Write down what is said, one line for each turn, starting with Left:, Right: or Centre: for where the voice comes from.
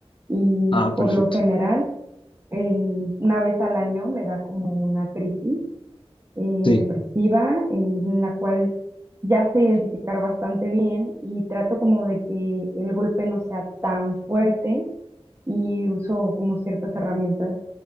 Right: y
Left: Ah,
Right: por
Left: perfecto.
Right: lo general en- una vez al año me da como una crisis eh,
Left: Sí.
Right: depresiva en la cual ya sé identificar bastante bien y trato como de que el golpe no sea tan fuerte y uso como ciertas herramientas